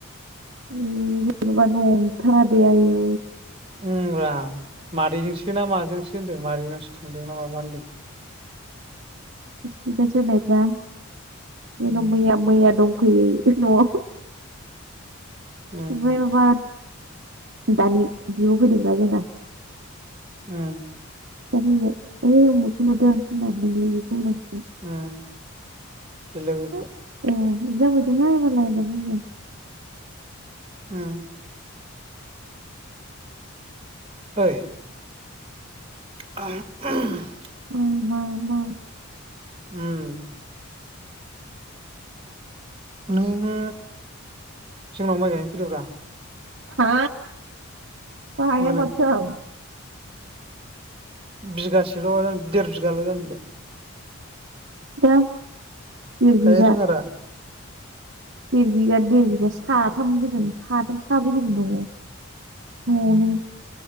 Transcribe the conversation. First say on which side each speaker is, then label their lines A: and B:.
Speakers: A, on the right; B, on the right.
A: उम जेन'बा नंथारा दे आयु
B: उम रा मादैजोंसो ना माजोंसो होनदों मारैनावसो थांदोंना माबा होनदों।
A: इबथिथास होनायफ्रा जेनो
B: उम
A: मैया मैया दं फैयो न'आव
B: उम
A: ओंखाय माबा दानि बिब' फैदोंबा जोंना
B: उम
A: खिथा फैबाय ओइ उमुखखौ नुदों नोंलोगोखौ होनना।
B: उम बिलोगोखौ
A: हाब, <unintelligible>
B: उम ओइ आ <unintelligible>
A: ओं मा मा
B: उम नोंनो जोंनाव माइ गायनो फैदोब्रा।
A: हा बाहायला
B: माने
A: माथो आं
B: बिगासेल' जा देर बिगाल' जामबिलाय।
A: दा देर
B: गायनो
A: बिगा
B: रोङा दा?
A: देर बिगा देर बिघा साथाम गोजोन साथाम साब्रै गोजोन दङ न'आवनो।